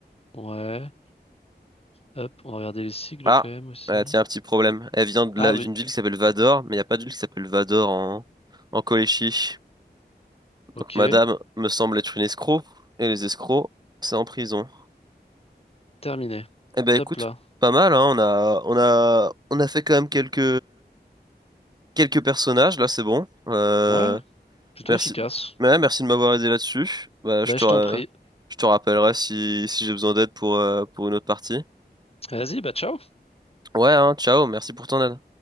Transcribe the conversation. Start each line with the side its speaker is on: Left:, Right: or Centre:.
Left: Ouais. Hop, on va regarder les sigles
Right: Ah,
Left: quand même aussi.
Right: euh, tiens, un petit problème. Elle vient de
Left: Ah
Right: la- d'une
Left: oui,
Right: ville qui s'appelle Vador, mais il n'y a pas de ville qui s'appelle Vador en, en Colchie.
Left: ok.
Right: Donc madame me semble être une escroc et les escrocs, c'est en prison.
Left: Terminé.
Right: Eh ben
Left: Top
Right: écoute,
Left: là.
Right: pas mal, hein, on a, on a, on a fait quand même quelques, quelques personnages, là c'est bon. Euh,
Left: Ouais, plutôt
Right: Merci.
Left: efficace.
Right: Ouais, merci de m'avoir aidé là-dessus. Bah,
Left: Bah
Right: je te,
Left: je
Right: ra-
Left: t'en prie.
Right: je te rappellerai si, si j'ai besoin d'aide pour, euh, pour une autre partie.
Left: Vas-y, bah ciao.
Right: Ouais, hein, ciao, merci pour ton aide.